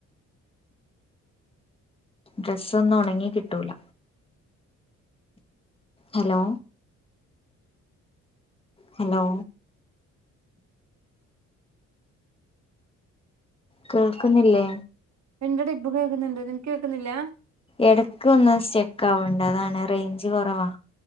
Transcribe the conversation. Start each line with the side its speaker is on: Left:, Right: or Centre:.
Left: ഡ്രസ്സാന്നും ഒണങ്ങി കിട്ടൂല. ഹലോ. ഹലോ. കേക്കുന്നില്ലേ?
Right: എണ്ടടെ ഇപ്പൊ കേക്കുന്നുണ്ട് നിനക്ക് കേക്കുന്നില്ല?
Left: എടക്ക് ഒന്ന് സ്റ്റെക്കാവ്ണ്ട് അതാണ് റേഞ്ച് കൊറവാ.